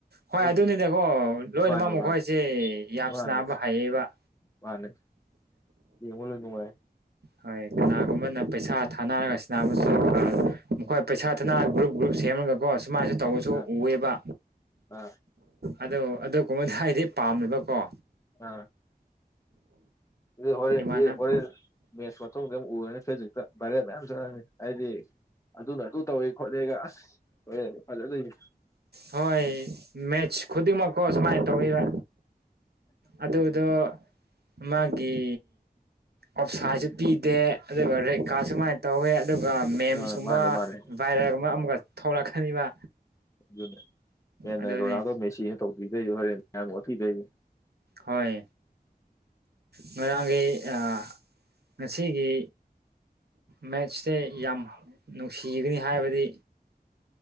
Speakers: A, on the right; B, on the left.
A: ꯍꯣꯏ
B: ꯂꯣꯏ
A: ꯑꯗꯨꯅꯤꯗꯀꯣ
B: ꯌꯦꯡꯉꯦ
A: ꯂꯣꯏꯅꯃꯛ
B: ꯃꯥꯅꯦ
A: ꯃꯈꯣꯏꯁꯦ
B: ꯃꯥꯅꯦ
A: ꯌꯥꯝ
B: ꯃꯥꯅꯦ
A: ꯁꯟꯅꯥꯕ ꯍꯩꯌꯦꯕ
B: ꯃꯥꯅꯦ ꯌꯦꯡꯕ ꯂꯣꯏ ꯅꯨꯡꯉꯥꯏ
A: ꯍꯣꯏ ꯀꯅꯥꯒꯨꯝꯕꯅ ꯄꯩꯁꯥ ꯊꯥꯅꯔꯒ ꯁꯟꯅꯥꯕꯁꯨ ꯃꯈꯣꯏ ꯄꯩꯁꯥ ꯊꯅ ꯒ꯭ꯔꯨꯞ ꯒ꯭ꯔꯨꯞ ꯁꯦꯝꯃꯒꯀꯣ ꯁꯨꯃꯥꯏꯁꯨ ꯇꯧꯑꯁꯨ
B: ꯑꯥ
A: ꯎꯌꯦꯕ
B: ꯑꯥ
A: ꯑꯗꯨ ꯑꯗꯨ ꯀꯨꯝꯕꯗ ꯍꯥꯏꯗꯤ ꯄꯥꯝꯗꯕꯀꯣ
B: ꯑ ꯑꯗꯨ ꯍꯔꯦꯟꯗꯤ
A: ꯏꯃꯥꯅ
B: ꯍꯣꯔꯦꯟ ꯃꯦꯠꯁ ꯃꯊꯧꯖꯝ ꯎꯔꯅꯤ ꯐꯦꯁꯕꯨꯛꯇ ꯕꯥꯏꯔꯦꯟ ꯃꯌꯥꯝ ꯆꯠꯂꯅꯤ ꯑꯩꯗꯤ ꯑꯗꯨꯅ ꯑꯗꯨ ꯇꯧꯋꯦ ꯈꯣꯠꯂꯦꯒ ꯑꯁ ꯍꯣꯔꯦꯟ ꯐꯖꯗꯣꯏꯅꯤ
A: ꯍꯣꯏ ꯃꯦꯁ ꯈꯨꯗꯤꯡꯃꯛ ꯀꯣ ꯁꯨꯃꯥꯏ ꯇꯧꯏꯗ ꯑꯗꯨꯗꯣ ꯃꯥꯒꯤ ꯑꯣꯞꯁꯥꯁꯨ ꯄꯤꯗꯦ ꯑꯗꯨꯒ ꯔꯦꯠꯒꯥꯁꯨ ꯃꯥꯏ ꯇꯧꯋꯦ ꯑꯗꯨꯒ ꯃꯦꯝꯁꯀꯨꯝꯕ
B: ꯑ ꯃꯥꯅꯦ ꯃꯥꯅꯦ
A: ꯚꯥꯏꯔꯦꯞꯒꯨꯝꯕ ꯑꯃꯨꯛꯀ ꯊꯣꯛꯂꯛꯀꯅꯤꯕ
B: ꯑꯗꯨꯅꯦ ꯍꯦꯟꯅ
A: ꯑꯗꯨꯅꯤ
B: ꯔꯣꯅꯥꯜꯗꯣ ꯃꯦꯁꯤꯅ ꯇꯧꯕꯤꯗꯣꯏꯗꯨ ꯍꯣꯔꯦꯟ ꯃꯌꯥꯝ ꯑꯣꯠꯄꯤꯗꯣꯏꯅꯤ
A: ꯍꯣꯏ ꯉꯣꯏꯔꯥꯡꯒꯤ ꯑ ꯉꯁꯤꯒꯤ ꯃꯦꯠꯁꯦ ꯌꯥꯝ ꯅꯨꯡꯁꯤꯒꯅꯤ ꯍꯥꯏꯕꯗꯤ